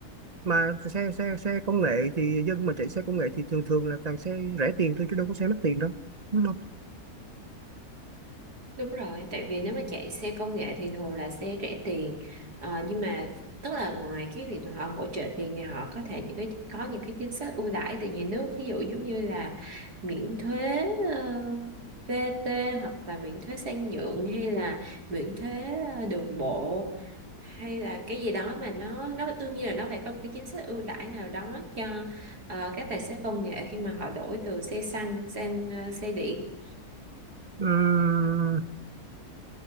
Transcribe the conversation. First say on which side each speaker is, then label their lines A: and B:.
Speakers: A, on the right (about 30°); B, on the right (about 80°).
A: mà xe xe xe công nghệ thì dân mà chạy xe công nghệ thì thường thường là toàn xe rẻ tiền thôi chứ đâu có xe mắc tiền đâu đúng không
B: đúng rồi, tại vì nếu mà chạy xe công nghệ thì thường là xe rẻ tiền Ờ, nhưng mà tức là ngoài cái việc mà họ hỗ trợ tiền thì họ có thể những cái có những cái chính sách ưu đãi từ nhà nước ví dụ giống như là miễn thuế ờ, VAT hoặc là miễn thuế sang nhượng hay là miễn thuế ờ, đường bộ hay là cái gì đó mà nó nó đương nhiên là nó phải có một cái chính sách ưu đãi nào đó cho ờ, các tài xế công nghệ khi mà họ đổi từ xe xăng sang ờ, xe điện.
A: Ừm,